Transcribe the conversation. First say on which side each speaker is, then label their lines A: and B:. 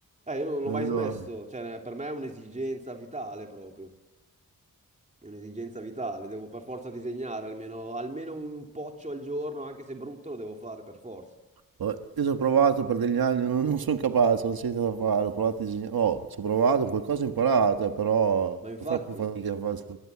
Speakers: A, on the right; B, on the right.
A: Eh, io non l'ho
B: Non
A: mai
B: vedo.
A: smesso. Cioè, ne- per me è un'esigenza vitale proprio. È un'esigenza vitale. Devo per forza disegnare almeno, almeno un poccio al giorno, anche se brutto, lo devo fare per forza.
B: oh, Io ci ho provato per degli anni, non, non sono capace, non so cosa fare. Ho provato a disegnare. Oh, ci ho provato, qualcosa ho imparato, eh, però
A: Ma infatti,
B: ho troppo fatica a fare